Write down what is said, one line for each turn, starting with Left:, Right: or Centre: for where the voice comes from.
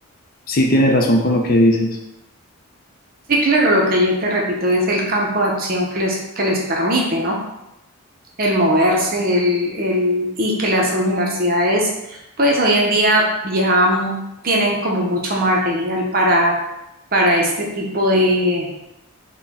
Left: sí tienes razón con lo que dices.
Right: Sí, claro, lo que yo te repito es el campo de acción que les, que les permite, ¿no? el moverse, el, el, y que las universidades, pues hoy en día ya mm, tienen como mucho material para, para este tipo de,